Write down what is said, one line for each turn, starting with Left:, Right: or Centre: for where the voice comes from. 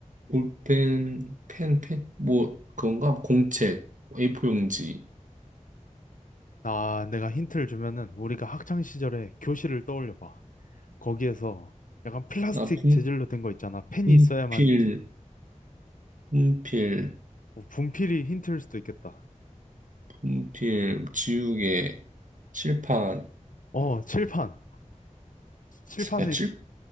Right: 볼펜 펜펜뭐 그건가? 공책 A4 용지.
Left: 아, 내가 힌트를 주면은 우리가 학창 시절에 교실을 떠올려 봐. 거기에서 약간 플라스틱
Right: 아 분,
Left: 재질로 된 거 있잖아. 펜이
Right: 분필
Left: 있어야만
Right: 분필
Left: 뭐 분필이 힌트일 수도 있겠다.
Right: 분필 지우개 칠판.
Left: 어, 칠판. 칠판이
Right: 야 칠.